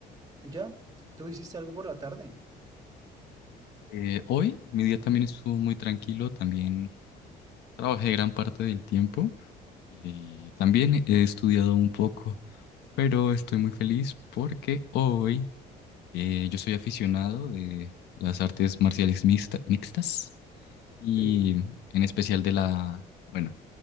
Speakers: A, on the right (about 20°); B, on the left (about 80°).
A: ya, ¿tú hiciste algo por la tarde?
B: Eh, hoy mi día también estuvo muy tranquilo, también trabajé gran parte del tiempo y también he estudiado un poco, pero estoy muy feliz porque hoy eh, yo soy aficionado de las artes marciales mixta- mixtas. y
A: Sí.
B: en especial de la, bueno,